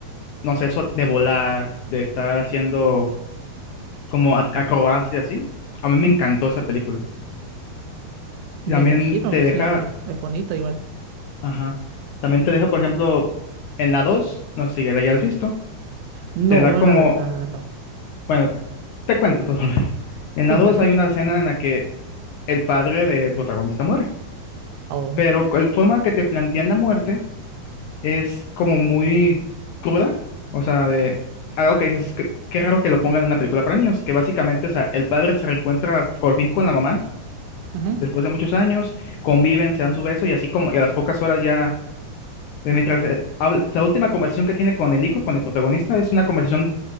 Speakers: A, on the left; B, on the right.
A: no sé, eso de volar, de estar haciendo como ac- acrobacias así. A mí me
B: M-
A: encantó esa película. También
B: Me imagino,
A: te
B: sí,
A: deja
B: es bonita igual.
A: Ajá. También te deja, por ejemplo, en la 2 no sé si ya la hayas visto,
B: No,
A: te da como,
B: la verdad, no.
A: bueno, te cuento todo. <laughs> En
B: Cuénteme.
A: la 2 hay una escena en la que el padre del protagonista muere,
B: Oh,
A: pero la forma que te plantean la muerte es como muy cruda, o sea, de algo que dices, que, qué qué raro que lo pongan en una película para niños, que básicamente, o sea, el padre se reencuentra por fin con la mamá
B: ujú.
A: después de muchos años, conviven, se dan su beso y así como, y a las pocas horas ya Eh, Mientras eh, hab- la última conversación que tiene con el hijo, con el protagonista, es una conversación